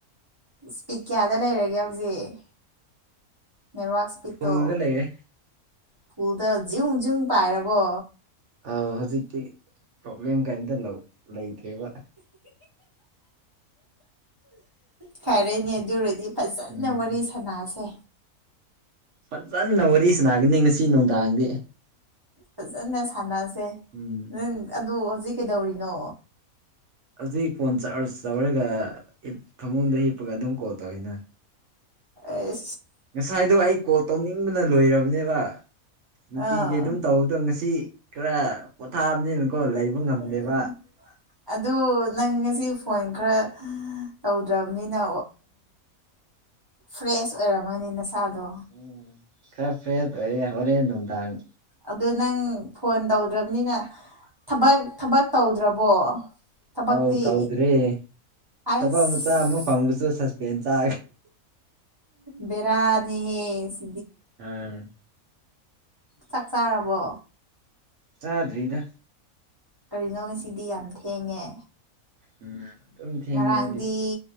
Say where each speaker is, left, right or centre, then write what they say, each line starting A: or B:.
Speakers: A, on the right (about 25°); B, on the right (about 60°).
A: ꯏꯁꯄꯤꯛ ꯀꯌꯥꯗ ꯂꯩꯔꯒꯦ ꯍꯧꯖꯤꯛ ꯅꯦꯠꯋꯛ ꯏꯁꯄꯤꯠꯇꯣ
B: ꯐꯨꯜꯗ ꯂꯩꯔꯦ
A: ꯐꯨꯜꯗ ꯖꯨꯡ ꯖ꯭ꯨꯡ ꯄꯥꯏꯔꯕꯣ
B: ꯑ ꯍꯧꯖꯤꯛꯇꯤ ꯄ꯭ꯔꯣꯕ꯭ꯂꯦꯝ ꯀꯔꯤꯝꯇ ꯂꯩꯇ꯭ꯔꯦꯕ
A: ꯐꯔꯦꯅꯦ ꯑꯗꯨꯔꯗꯤ ꯐꯖꯅ
B: ꯎꯝ
A: ꯋꯥꯔꯤ ꯁꯥꯅꯁꯦ
B: ꯐꯖꯅ ꯋꯥꯔꯤ ꯁꯥꯅꯥꯒꯅꯤ ꯉꯁꯤ ꯅꯨꯡꯗꯥꯡꯗꯤ
A: ꯐꯖꯅ ꯁꯥꯟꯅꯁꯦ
B: ꯎꯝ
A: ꯅꯪ ꯑꯗꯨ ꯍꯧꯖꯤꯛ ꯀꯩꯗꯧꯔꯤꯅꯣ
B: ꯍꯧꯖꯤꯛ ꯐꯣꯟ ꯆꯥꯔꯖ ꯇꯧꯔꯒ ꯐꯃꯨꯡꯗ ꯍꯤꯞꯄꯒ ꯑꯗꯨꯝ ꯀꯣꯜ ꯇꯧꯏꯤꯅ
A: ꯑ
B: ꯉꯁꯥꯏꯗꯣ ꯑꯩ ꯀꯣꯜ ꯇꯧꯅꯤꯡꯕꯅ ꯂꯣꯏꯔꯕꯅꯦꯕ ꯅꯨꯡꯇꯤꯒꯤ
A: ꯑꯥ
B: ꯑꯗꯨꯝ ꯇꯧꯕꯗꯣ ꯉꯁꯤ ꯈꯔ ꯄꯣꯊꯥꯕꯅꯤꯅ ꯀꯣ ꯂꯩꯕ ꯉꯝꯗꯦꯕ
A: ꯎꯝ ꯑꯗꯨ ꯅꯪ ꯉꯁꯤ ꯐꯣꯟ ꯈꯔ ꯇꯧꯗ꯭ꯔꯕꯅꯤꯅ ꯐ꯭ꯔꯦꯁ ꯑꯣꯏꯔꯝꯃꯅꯤ ꯅꯁꯥꯗꯣ
B: ꯎꯝ ꯈꯔ ꯐ꯭ꯔꯦꯁ ꯑꯣꯏꯔꯦ ꯍꯧꯔꯦꯟ ꯅꯨꯅꯨꯡꯗꯥꯥꯡ
A: ꯑꯗꯨ ꯅꯪ ꯐꯣꯟ ꯇꯧꯗ꯭ꯔꯕꯅꯤꯅ ꯊꯕꯛ ꯊꯕꯛ ꯇꯧꯗ꯭ꯔꯕꯣ ꯊꯕꯛꯇꯤ
B: ꯍꯥꯎꯗꯥꯎꯗ꯭ꯔꯔꯤ
A: ꯑꯁ
B: ꯇꯕ ꯃꯆꯥ ꯑꯃ ꯐꯃꯁꯨ ꯁꯁ ꯐꯦꯟ ꯆ
A: ꯕꯦꯔꯥꯅꯤꯍꯦꯁ
B: ꯑꯝ
A: ꯆꯥꯛ ꯆꯥꯔꯕꯣ
B: ꯆꯥꯗ꯭ꯔꯤꯗ
A: ꯀꯔꯤꯅꯣ ꯉꯁꯤꯗꯤ ꯌꯥꯝ ꯊꯦꯡꯉꯦ
B: ꯎꯝ ꯑꯗꯨꯝ ꯊꯦꯡꯅ
A: ꯉꯔꯥꯡꯗꯤ
B: ꯑꯩꯗꯤ